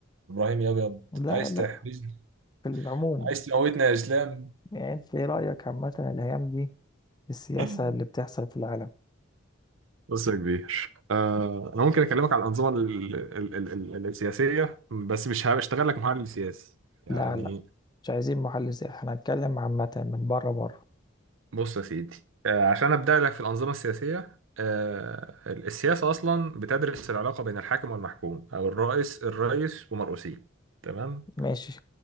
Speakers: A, on the right; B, on the left.
A: ابراهيم يا ابيض
B: لا
A: عايز
B: لا
A: تحبسني
B: في العموم
A: عايز تموتني يا اسلام
B: يعني انت ايه رأيك عامة الأيام دي في السياسة
A: <laughs>
B: اللي بتحصل في العالم
A: بص يا كبير آه انا ممكن اكلمك على الانظمه ال- ال- ال- ال- السياسيه بس مش هشتغل لك محلل سياسي يعني
B: لا لا مش عايزين محلل سياسي احنا هنتكلم عامة من بره بره
A: بص يا سيدي آه عشان ابدا لك في الانظمه السياسيه آه ال- السياسه اصلا بتدرس العلاقه بين الحاكم والمحكوم او الرئيس الرئيس ومرؤوسيه تمام
B: ماشي